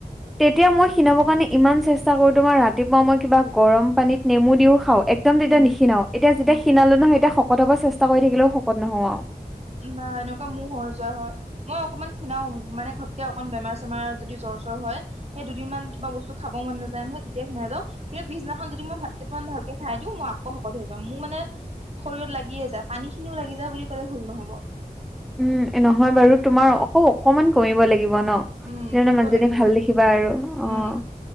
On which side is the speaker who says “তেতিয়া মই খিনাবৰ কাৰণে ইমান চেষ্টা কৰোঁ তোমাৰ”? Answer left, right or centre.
Centre